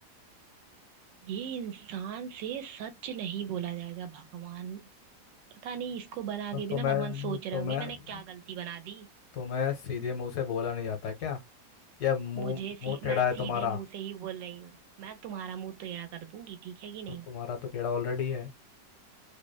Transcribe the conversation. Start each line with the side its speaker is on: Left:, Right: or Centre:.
Right: ये इंसान से सच नहीं बोला जाएगा भगवान पता नहीं इसको बना
Left: तो
Right: के भी
Left: तुम्हें
Right: ना भगवान सोच रहे
Left: तुम्हें
Right: होंगे मैंने क्या गलती बना दी
Left: तुम्हें सीधे मुंह से बोला नहीं जाता क्या या मुंह
Right: मुझे
Left: मुंह
Right: सी,
Left: टेढ़ा
Right: मैं
Left: है
Right: सीधे
Left: तुम्हारा
Right: मुंह से ही बोल रही हूँ मैं तुम्हारा मुंह टेढ़ा कर दूंगी ठीक है कि नहीं
Left: तो तुम्हारा तो टेढ़ा ऑलरेडी है